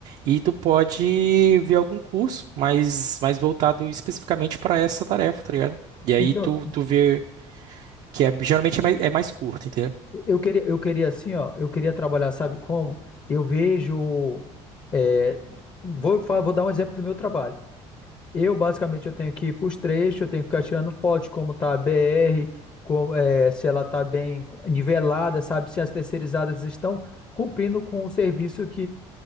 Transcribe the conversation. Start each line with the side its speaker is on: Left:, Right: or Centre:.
Right: E tu pode ver algum curso mais, mais voltado especificamente para essa tarefa, tá ligado? E aí
Left: Então,
Right: tu, tu vê Que é, geralmente é mais, é mais curto, entendeu?
Left: eu queria, eu queria assim, ó, eu queria trabalhar, sabe como? Eu vejo, é, vou, fa- vou dar um exemplo do meu trabalho. Eu, basicamente, eu tenho que ir para os trechos, eu tenho que ficar tirando foto de como tá a BR, como, é, se ela tá bem nivelada, sabe? Se as terceirizadas estão cumprindo com o serviço